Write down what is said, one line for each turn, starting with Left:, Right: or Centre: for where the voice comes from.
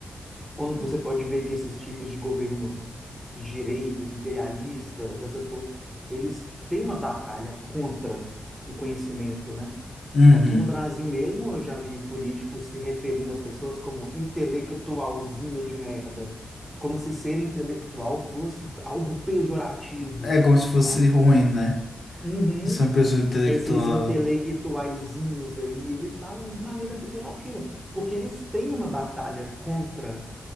Centre: quando você pode ver que esses tipos de governos de direitas, imperialistas, essas, po- eles têm uma batalha contra o conhecimento, né?
Left: Uhum.
Centre: Aqui no Brasil mesmo, eu já vi políticos se referindo às pessoas como intelectualzinho de merda, como se ser intelectual fosse algo pejorativo,
Left: É como se fosse
Centre: né?
Left: ruim, né?
Centre: Uhum.
Left: Ser uma pessoa intelectual,
Centre: Esses intelectuaizinhos aí, eles falam de maneira pejorativa, porque eles têm uma batalha contra,